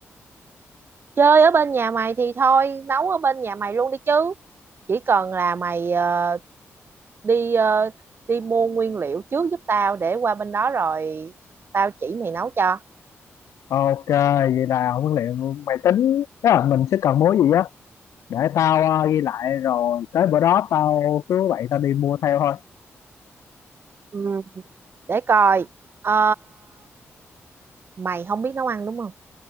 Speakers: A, on the right; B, on the left.
A: Chơi ở bên nhà mày thì thôi Nấu ở bên nhà mày luôn đi chứ Chỉ cần là mày ờ, đi ờ, đi mua nguyên liệu trước giúp tao Để qua bên đó rồi Tao chỉ mày nấu cho
B: Ok, vậy là nguyên liệu mày tính tức là mình sẽ cần mua gì á để tao ờ, ghi lại rồi tới bữa đó tao cứ vậy tao đi mua theo thôi.
A: Ừ. Để coi Ờ, Mày không biết nấu ăn đúng không